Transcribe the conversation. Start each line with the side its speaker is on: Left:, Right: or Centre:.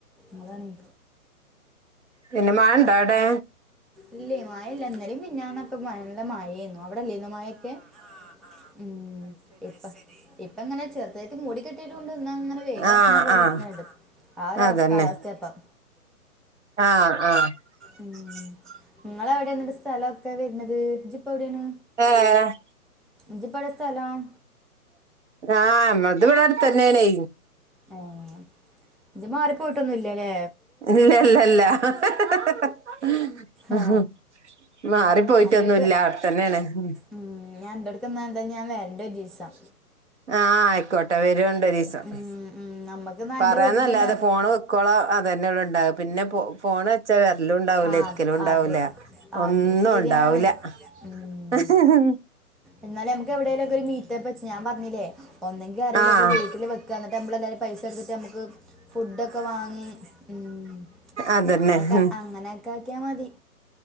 Centre: അതാണെയ്
Right: പിന്നെ മയണ്ടെ അവിടെ
Centre: ഇല്ലെ മയല്ല ഇന്നലെം മിഞ്ഞാന്നെ ല്ല മഴു അവിടെല്ലീന്ന് മഴൊക്കെ ആഹ് ആഹ് ഉം അയ് ശരി ഇപ്പ്‌ങ്ങനെ ചെർ- അതായത് മുടി കെട്ടിയിട്ടുണ്ട് എന്നാ ഇങ്ങനെ വെയ്ലർച്ചന
Right: ആഹ്
Centre: പോലെ
Right: ആഹ്
Centre: ന്നിക്കുണുണ്ട്, ആ ഒരവസ്ഥപറ
Right: അതന്നെ
Centre: അവസ്ഥേപ്പം.
Right: ആഹ് ആഹ്
Centre: ഉം നിങ്ങളവടെന്നിട്ട് സ്ഥലെർക്കാ വെര്നത് ഇജ്ജ്പ്പ എവിടെണ്.
Right: ഏ ഹ്
Centre: ഇജിപ്പവടെ സ്ഥലം.
Right: ആഹ ന്നത്ഇവടെ അട്ത്തനെണെയ്
Centre: ആഹ ഇജ്ജ് മാറി പോയിട്ടൊന്നുല്ലലേ.
Right: ഇല്ലല്ലല്ലല്ല ഹ ഹ
Centre: ആ
Right: ഹ ഇഹ് മാറി പോയ്റ്റൊന്നുല്ല,
Centre: അന്റെടുത്ത്
Right: അവ്ട്ത്തനെണ് ഹും.
Centre: ഉം ഞാൻഎന്റെട്ക്കന്തേഞാ വെര്ണ്ടൊരീസം.
Right: <unintelligible> ആഹ ആയ്ക്കോട്ടെ വെരോണ്ടൊരീസം,
Centre: ഉം ഉം നമ്മക്ക് എന്നാ
Right: പറയൊന്നല്ലാതെ
Centre: അന്റെ വീട്ടിൽ തന്നെ
Right: ഫോണ് വെക്ക്- ക്കോളം അതനെ ഇവടെ ഇണ്ടാവാ പിനെ പൊ ഫോണ്- ച്ച വെര്ലുണ്ടാവൂല
Centre: ആ
Right: ഇരിക്കലുണ്ടാവൂല
Centre: അത്
Right: ഒന്നും
Centre: അത് ശരിയാണ്
Right: ഉണ്ടാവൂല.
Centre: ഉം.
Right: അ ഹഹാ
Centre: എന്നാലും ന്നമക്കെവിടെലൊക്കെ ഒരു മീറ്റ്- എരെത്തെച്ചോ ഞാ പറഞ്ഞിലെ ഒന്നെങ്കി അരെലൊക്കെ
Right: ആഹ്
Centre: വീട്ടില് വെക്കാ എന്നിട്ട് ന്നമ്മളെല്ലാരും പൈസ എടുത്തിട്ട് ന്നമ്ക്ക്- ഫുഡൊക്കെ വാങ്ങി ഉം.
Right: അതനെ
Centre: അങ്ങനെയൊക്കെ
Right: ഹും.
Centre: അങ്ങനെയൊക്കെ ആക്കിയാമതി